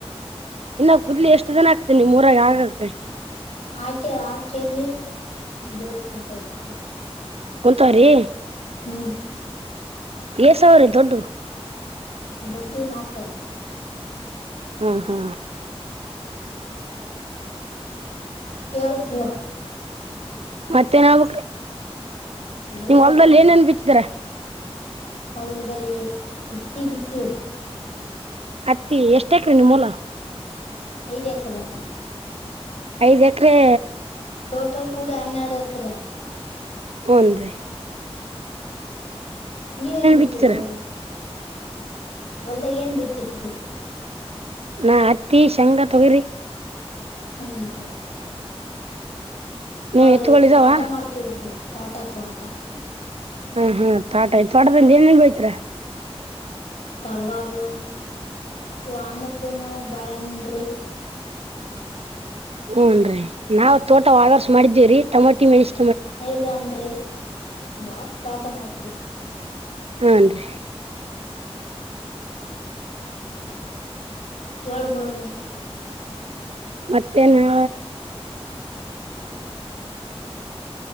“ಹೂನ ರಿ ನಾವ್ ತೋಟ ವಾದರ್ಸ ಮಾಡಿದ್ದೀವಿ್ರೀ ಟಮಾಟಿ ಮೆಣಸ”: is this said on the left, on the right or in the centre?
Right